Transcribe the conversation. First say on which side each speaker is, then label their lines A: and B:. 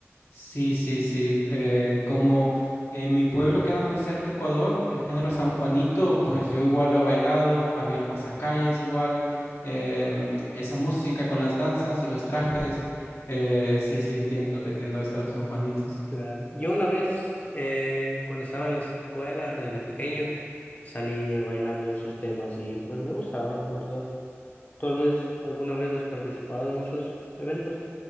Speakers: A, on the left; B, on the left.
A: Sí, sí, sí. Eh, como en mi pueblo queda muy cerca Ecuador, el género San Juanito, pues yo igual lo he bailado, habían pasacalles igual, em, esa música con las danzas y los trajes. eh, sí, sí, entiendo, te entiendo eso de los San Juanitos.
B: Claro. Yo una vez, eh, cuando estaba en la escuela, desde pequeño, salí eh, bailando esos temas y pues me gustaba, la verdad. Tal vez alguna vez has participado en esos eventos.